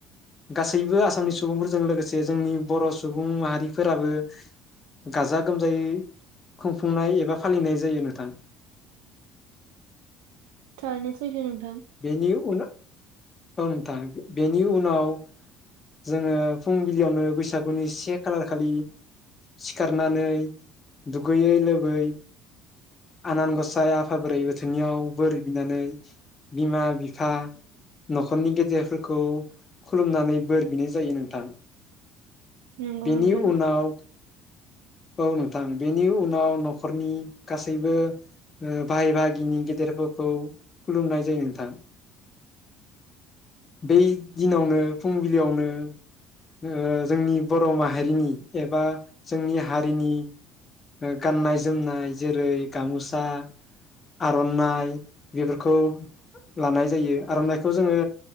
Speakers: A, on the left; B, on the right.
A: गासैबो आसामनि सुबुंफोरजों लोगोसे जोंनि बर' सुबुं माहारिफोराबो गाजा गोमजायै खुंफुंनाय एबा फालिनाय जायो नोंथां।
B: थारैनो सैथो नों
A: बेनि उनाव औ नोंथां बेनि उनाव जोङो फुंबिलियावनो बैसागुनि से खालार खालि सिखारनानै दुगैयै लोबै आनान गसाय आफा बोराइ बाथौनियाव बोर बिनानै बिमा बिफा न'खरनि गेदेरफोरखौ खुलुमनानै बोर बिनाय जायो नोंथां।
B: नोंगौ
A: बेनि
B: नोंथां
A: उनाव औ नोंथां बेनि उनाव न'खरनि गासैबो ओ बाहाय बाहागिनि गेदेरफोरखौ खुलुमनाय जायो नोंथां। बै दिनावनो फुंबिलियावनो ओ जोंनि बर' माहारिनि एबा जोंनि हारिनि गाननाय जोमनाय जेरै गाम'सा आर'नाइ बेफोरखौ लानाय जायो आर'नाइखौ जोङो